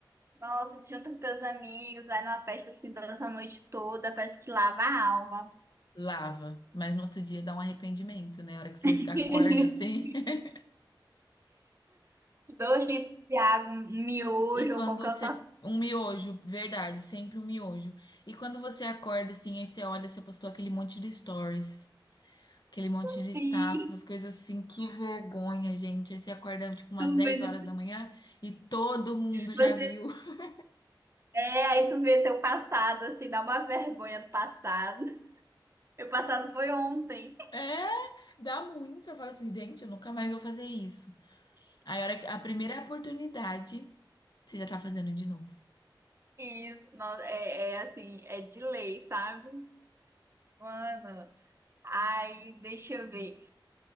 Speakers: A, on the right; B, on the left.
A: Nossa, tu junta com teus amigos, vai numa festa assim, dança a noite toda, parece que lava a alma.
B: Lava, mas no outro dia dá um arrependimento, né? A hora que você
A: <laughs>
B: acorda assim. <laughs>
A: dois litros de água, um um miojo
B: E quando
A: ou qualquer
B: você.
A: outra coisa
B: Um miojo, verdade, sempre um miojo. E quando você acorda assim, aí você olha, você postou aquele monte de stories. Aquele monte
A: assim.
B: de status, as coisas
A: <laughs>
B: assim, que vergonha, gente. Aí você acorda tipo umas
A: Tu
B: 10
A: vendo,
B: horas da manhã e todo mundo já
A: você
B: viu. <laughs>
A: é, aí tu vê teu passado, assim, dá uma vergonha do passado. Meu passado foi ontem.
B: É, dá muito. Eu falo assim, gente, eu nunca mais vou fazer isso. Aí a hora que- a primeira oportunidade, você já tá fazendo de novo.
A: E Isso, não, é, é assim, é de lei, sabe? Mano, aí deixa eu ver.